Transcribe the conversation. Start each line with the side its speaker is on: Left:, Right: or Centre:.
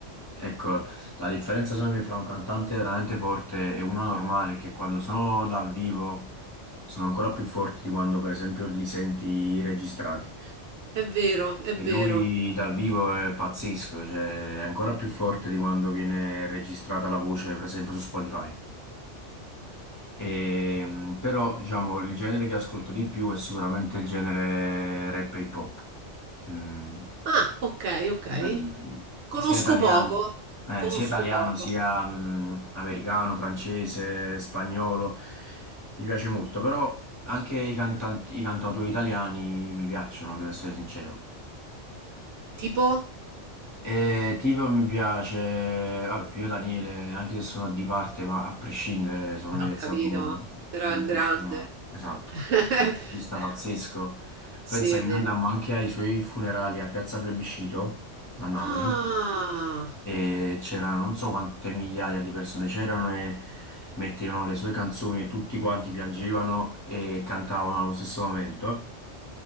Left: ecco, la differenza secondo me fra un cantante veramente forte e uno normale è che quando sono dal vivo sono ancora più forti di quando per esempio li senti registrati.
Right: è vero, è
Left: E
Right: vero.
Left: lui dal vivo è pazzesco, cioè è ancora più forte di quando viene registrata la voce, per esempio su Spotify. Ehm, però, diciamo, il genere che ascolto di più è sicuramente il genere rap e hip hop. Mm,
Right: Ah, ok, ok.
Left: da- mm,
Right: Conosco
Left: sia italiano,
Right: poco,
Left: eh,
Right: conosco
Left: sia italiano,
Right: poco.
Left: sia mm, americano, francese, spagnolo. Mi piace molto, però anche i cantanti- i cantautori italiani mi piacciono, devo essere sincero.
Right: Tipo?
Left: Eh, tipo mi piace, vabbè, Pio Daniele, anche se sono di parte, ma a prescindere, secondo
Right: Eh,
Left: me
Right: Ho
Left: è
Right: capito,
Left: stato un
Right: però
Left: un
Right: è
Left: musicista,
Right: un grande.
Left: esatto,
Right: <laughs>
Left: un musicista pazzesco.
Right: Sì,
Left: Pensa
Right: è
Left: che
Right: vero.
Left: noi andammo anche ai suoi funerali a Piazza Plebiscito a Napoli
Right: Ah,
Left: e c'erano non so quante migliaia di persone c'erano e mettevano le sue canzoni e tutti quanti piangevano e cantavano allo stesso momento.